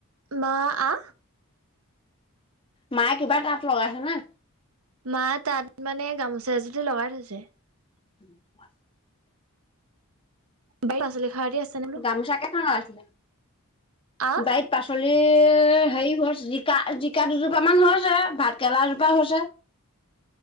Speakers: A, on the right; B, on the left.
A: মা আ
B: মায়ে কিবা তাত লগাইছে নে?
A: মা তাত মানে গামোচা এযুতি লগাই থৈছে।
B: <unintelligible>
A: বাৰীত পাচলি খাৰ দি আছে নে বোলো
B: গামোচা কেইখন লগাইছিলে?
A: আহ
B: বাৰীত পাচলি এ হেৰি হৈছে জিকা-জিকা দুজোপা মান হৈছে, ভাত কেৰেলা এজোপা হৈছে। <inaudible>